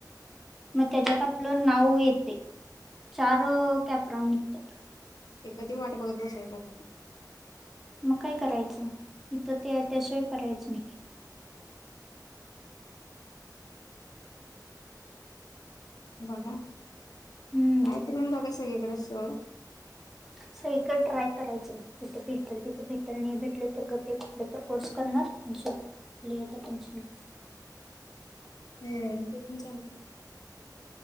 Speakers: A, in the centre; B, on the left (about 60°).
A: मग त्याच्यात आपलं नाव येते चार कॅपराऊंड निघतात...
B: ते कधी वाट बघत बस आहेता त....
A: मग काय करायचं इथं ते त्याशिवाय पर्यायच नाही.
B: बघा ट्रायकरून
A: हम्म चाल
B: बघा सगळीकडे सर.
A: सयक ट्राय करायचं कुठे भेटल तिथे भेटल नाही भेटल तर गपे कुठले तर कोर्स करणार.... लेतं हिशोब लिये तो टेन्शन नाही.
B: हम्म. ते पण चालतयं.